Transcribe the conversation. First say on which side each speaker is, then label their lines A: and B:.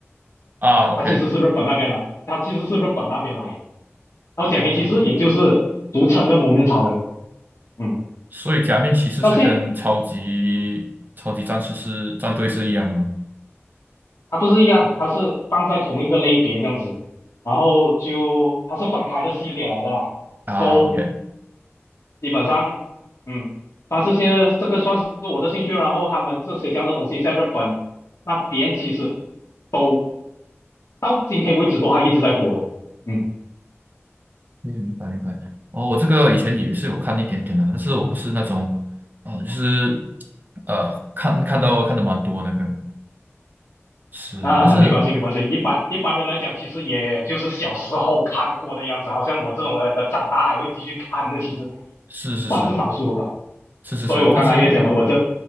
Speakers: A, on the right; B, on the left.
A: 啊，OK
B: 它其实是日本那边来，它其实是日本那边来的。然后假面骑士也就是俗称的蒙面超人，
A: 啊，
B: 嗯，
A: 所以假面骑士是跟超级超级战士是战队是一样的吗？
B: 到现它不是一样，它是放在同一个类别这样子，然后就它是分开的系列来的啦。
A: 啊，OK。
B: So 基本上，嗯，算是现在这个算是我的兴趣。然后他们这些这样的东西在日本那边其实。都。到今天为止都还一直在播的。嗯
A: 嗯，明白明白。哦，我这个以前也是有看一点点的，但是我不是那种，啊，就是呃，看看到看的蛮多那个是，
B: 啊，
A: 但是
B: 没关系没关系，一般一般人来讲，其实也就是小时候看过的样子，好像我这种人的长大还会继续看的，其实
A: 是是是
B: 算是少数了。
A: 是是是，
B: 所以我刚刚也讲了，
A: 但是
B: 我这